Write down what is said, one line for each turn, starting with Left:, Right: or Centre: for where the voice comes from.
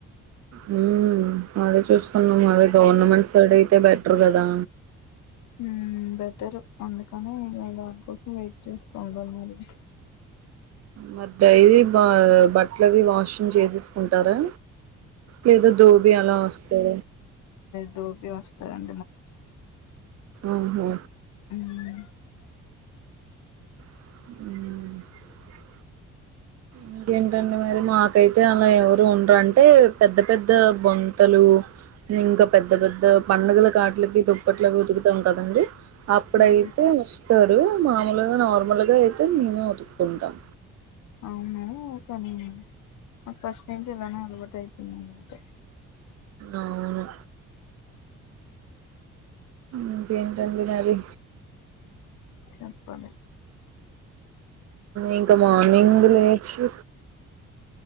Right: మ్ అదే చూసుకున్నాము అదే గవర్నమెంట్ సైడ్ అయితే బెటర్ కదా
Left: మ్ బెటరు అందుకని ఇగ దానికోసం వెయిట్ చేస్తుండలి మరి ఇంకా
Right: మరి డైలీ బ బట్టల్ అవి వాషింగ్ చేసేసుకుంటారా లేద దోబి అలా వస్తర
Left: దోబీ వస్తాడం
Right: మ్ హు
Left: మ్
Right: మ్ ఇంకేంటండి మరి మాకైతే అలా ఎవరు ఉండరు అంటే పెద్ద పెద్ద బొంతలు ఇంకా పెద్ద పెద్ద పండుగల కాట్లకి దుప్పట్లవి ఉతుకుతాం కదండీ అప్పుడయితే
Left: ఆ
Right: ఓస్తారు మామూల్గా నార్మల్గా అయితే మేమే ఉతు కుంటాం
Left: ఔనా ఒకే నాకు ఫస్ట్ నుంచి ఇళానే అలవాటు అయి పోయిందన మాట
Right: ఔను ఇంకెంటండి మరి
Left: చెప్పాలి
Right: ఇంక మార్నింగ్ లేచి